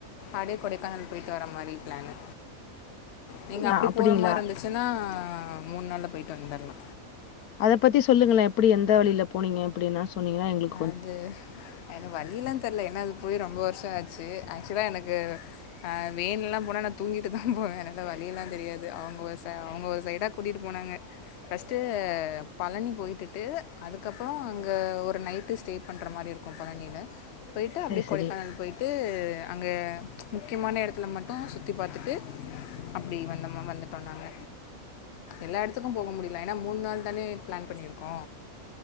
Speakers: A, on the left (about 60°); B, on the left (about 85°).
A: அப்டே கொடைக்கானல் போயிட்டு வர மாரி பிளான்னு நீங்க
B: அ
A: அப்டி
B: அப்படிங்களா?
A: போற மாரி இருந்துச்சுனா மூண் நாள்ல போயிட்டு வந்துர்லா
B: அத பத்தி சொல்லுங்களே எப்டி எந்த வழில போனீங்க எப்டினா சொன்னீங்கனா எங்ளுக்கு
A: அது என்ன வழிலா தெர்ல ஏனா அது போயி ரொம்ப வர்ஷோ ஆச்சு ஆக்சுவலா எனக்கு ஆ வென்லலா போனா நா தூங்கிட்டுதா போவ எனக்கு வழியெல்லா தெரியாது அவுங்க ஒரு ச அவுங்க ஒரு சைடா கூட்டிட்டு போனாங்க ஃபர்ஸ்ட்டு பழனி போயிகிட்டு அதுக்கப்பறோ அங்க ஒரு நைட்டு டே பண்ற மாரி இருக்கோ பழனில போயிட்டு
B: சரி,
A: அப்டி
B: சரி.
A: கொடைக்கானல் போயிட்டு அங்க ச்ச முக்கியமான எடத்துல மட்டு சுத்தி பாத்துட்டு அப்டி வந்தோமம் வந்துட்டோ நாங்க எல்லா எடத்துக்கு போவு முடில ஏனா மூண் நாள் தானே பிளான் பண்ணி இருக்கோ